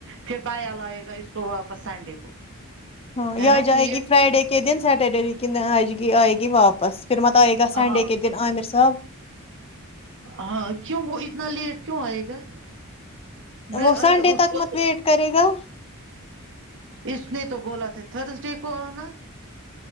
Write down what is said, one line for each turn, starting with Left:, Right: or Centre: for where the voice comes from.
Right: پھر بایا لائے گا اس کو واپس سنڈے کو
Left: ہاں یا
Right: ہے نا
Left: جائے
Right: ٹھیک
Left: گی فرائیڈے کے دن سٹرڈے ویکن آ ۓگی آئے گی واپ پس پھر مت آے گا سنڈے
Right: ہاں
Left: کے دن عامر صاب
Right: ہاں کیوں وہ اتنا لیٹ کیوں آئے گا بر-
Left: وہ سنڈے
Right: اے، اس
Left: تک
Right: کو
Left: مت ویٹ کرے گا
Right: اس نے تو بولا تھا تھرس ڈے کو آنا